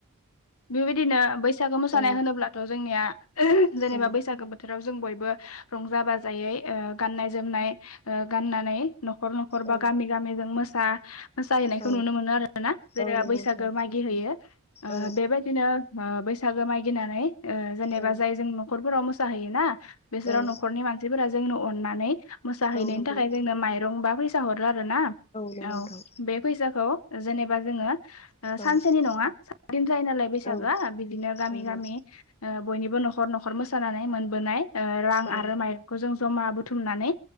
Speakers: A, on the left; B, on the left.
A: बेबादिनो बैसागो मोसानाय
B: औ
A: होनोब्लाथ' जोंनिया ओ जेनेबा
B: औ
A: बैसागो बोथोराव जों बयबो बो रंजा बाजायै ओ गाननाय जोमनाय ओ गाननानै न'खर न'खर बा
B: औ
A: गामि गामि जों मोसा-मोसाहैनायखौ
B: औ
A: नुनो मोनो आरो ना। जेनेबा
B: औ नंगौ
A: बैसाग
B: नोंथां
A: गो मागि होयो। ओ
B: औ
A: बेबायदिनो ओ बैसागो मागिनानै ओ जेनेबा
B: औ
A: जाय जों न'खरफोराव मोसाहैयोना बिसोराव
B: औ
A: न'खरनि मानसिफोरा जोंनो अनानै मोसाहैनायनि
B: औ नंगौ
A: थाखाय जोंनो माइरं बा फैसा हर रो आरो ना
B: नंगौ
A: औ
B: नोंथां
A: बे फैसाखौ जेनेबा जोङो ओ सानसेनि
B: औ
A: नङा साद दिन जायो नालाय बैसागोआ
B: औ
A: बिदिनो गामि
B: नंगौ
A: गामि ओ बयनिबो न'खर न'खर मोसानानै मोनबोनाय ओ रां
B: औ
A: आरो माइरंखौ जों जमा बुथुमनानै